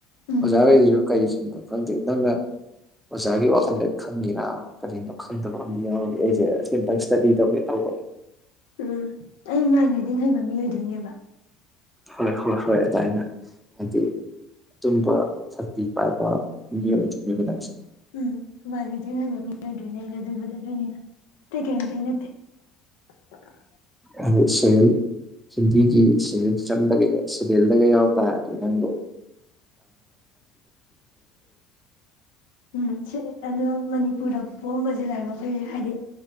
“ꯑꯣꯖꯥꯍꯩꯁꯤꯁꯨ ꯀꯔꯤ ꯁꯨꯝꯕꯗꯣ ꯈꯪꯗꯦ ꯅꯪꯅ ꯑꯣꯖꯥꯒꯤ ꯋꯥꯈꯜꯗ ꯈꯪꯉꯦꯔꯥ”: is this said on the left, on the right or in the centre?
Centre